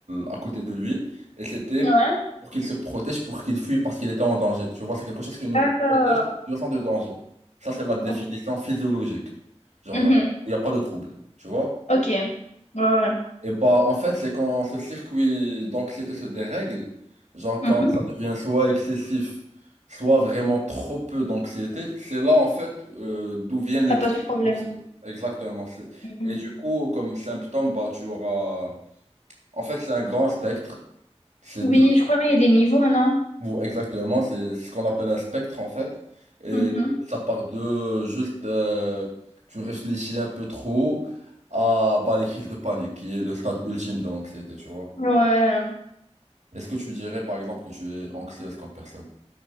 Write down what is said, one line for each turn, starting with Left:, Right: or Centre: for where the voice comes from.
Right: à côté de lui et c'était
Left: Ouais.
Right: pour qu'il se protège, pour qu'il fuit parce qu'il était en danger. Tu vois, c'est quelque chose qui nous
Left: D'accord.
Right: protège du sens de danger. Ça, c'est la définition
Left: Ok.
Right: physiologique. Genre,
Left: Mhm.
Right: euh, il n'y a pas de trouble. Tu vois?
Left: Ok. Ouais, ouais.
Right: Et bah, en fait, c'est quand ce circuit d'anxiété se dérègle, genre quand
Left: Mhm.
Right: ça devient soit excessif, soit vraiment trop peu d'anxiété, c'est là, en fait, euh, d'où viennent les
Left: Ça pose
Right: troubles
Left: problème.
Right: anxieux. Exactement. c'est-
Left: Mhm.
Right: Et du coup, comme symptôme, bah, tu auras... En fait, c'est un grand spectre. C'est
Left: Oui,
Right: deux...
Left: je crois qu'il y a des niveaux, non?
Right: ou Exactement, c'est ce qu'on appelle un spectre, en fait. Et
Left: Mhm.
Right: ça part de juste... euh, tu réfléchis un peu trop à bah, les crises de panique, qui est le stade ultime de l'anxiété, tu vois.
Left: Ouais.
Right: Est-ce que tu dirais par exemple que tu es anxieuse comme personne?